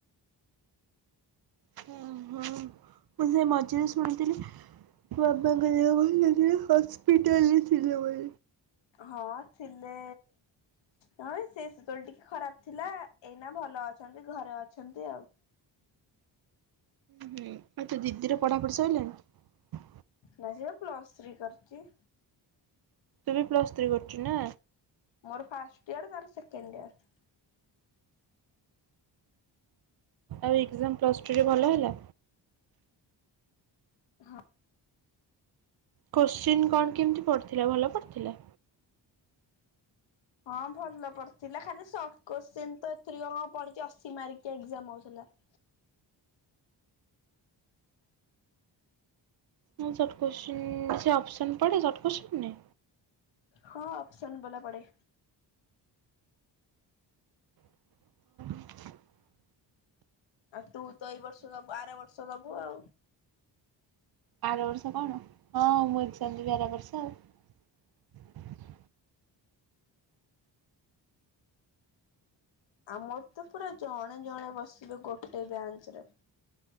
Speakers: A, on the right; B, on the left.
A: ହ ହଁ ମୁ ସେ ମଜେରେ ଶୁଣିଥିଲି ବାପାଙ୍କ ଦେହ ଭଲ ନଥିଲା ହସ୍ପିଟଲରେ ଥିଲେ ବି
B: ହଁ ଥିଲେ। ହଁ ସେ <unintelligible> ଟିକେ ଖରାପ ଥିଲା ଏଇନା ଭଲ ଅଛନ୍ତି ଘରେ ଅଛନ୍ତି ଆଉ।
A: ହୁଁ ଆଉ ତୋ ଦିଦି ର ପଢ଼ାପଢ଼ି ଶଇଲାନି?
B: ନା ସେ ପ୍ଲସ ଥ୍ରୀ କରୁଛି।
A: ତୁ ବି ପ୍ଲସ୍ ଥ୍ରୀ କରୁଛୁ ନା?
B: ମୋର ଫାଷ୍ଟ ଇୟର ତାର ସେକେଣ୍ଡ ଇୟର।
A: ଆଉ ଏକ୍ଜାମ ପ୍ଲସ୍ ଟୁରେ ଭଲ ହେଲା?
B: ହଁ।
A: କୋଶ୍ଚିନ୍ କଣ କେମିତି ପଢିଥିଲା ଭଲ ପଢିଥିଲା?
B: ହଁ ଭଲ ପଢିଥିଲା ଖାଲି ସର୍ଟ କୋଶ୍ଚିନ୍ ତ ଏରେ କଣ ପଢିଛି ଅଶୀ ମାର୍କ ଏଜାମ ହଉଛନ୍ତି। <inaudible>
A: ହଁ ଶର୍ଟ କୋଚିଂନ ସେ ଅପସନ ପଡେ ଶର୍ଟ କୋଶ୍ଚନ ରେ?
B: ହଁ ଅପସନ ବଲା ପଡେ।
A: ହ।
B: ଆଉ ତୁ ତ ଏଇ ବର୍ଷ ଦବୁ ଆର ବର୍ଷ ଦବୁ ଆଉ।
A: ଆର ବର୍ଷ କଣ? ହଁ ମୁଁ ଏଜାମ ଦେବି ଆର ବର୍ଷ ଆଉ।
B: ଆମର ତ ପୁରା ଜଣେ ଜଣେ ବସିବେ ଗୋଟେ ବ୍ରାଞ୍ଚରେ।